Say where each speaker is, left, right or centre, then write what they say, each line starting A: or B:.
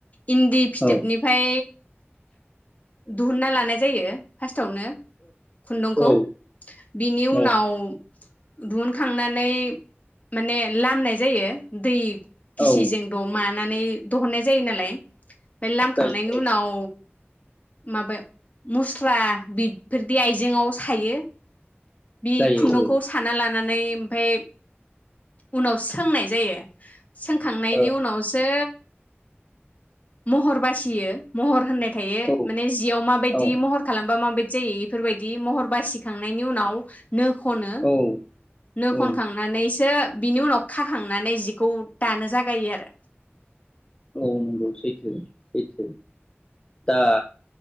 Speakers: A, on the left (about 35°); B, on the left (about 20°).
A: इन्दि फिथोबनिफ्राय
B: औ
A: दुहुनना लानाय जायो फास सावनो खुन्दुंखौ
B: औ
A: बिनि उनाव
B: औ
A: दुहुनखांनानै माने लामनाय जायो दै गिसिजों
B: औ
A: दमा नानै दोहुननाय जायो नालाय। फाय लामखांनायनि
B: जायो
A: उनाव माबे मुस्रा बिफोरदि आइजेंआव सायो। बि
B: जायो
A: खुन्दुंखौ साना ला नानै ओमफ्राय उनाव सोंनाय जायो। सोंखांनायनि
B: औ
A: उनावसो महर बासियो महर होननाय थायो।
B: औ
A: माने जियाव मा बायदि
B: औ
A: महर खालामबा मा बाय दि जायो इफोरबायदि महर बासिखांनायनि उनाव नो खनो।
B: औ
A: नो खनखांनानैसो
B: औ
A: बिनि उनाव खाखांनानै जिखौ दानो जागायो आरो
B: औ नंगौ सैथो सैथो, दा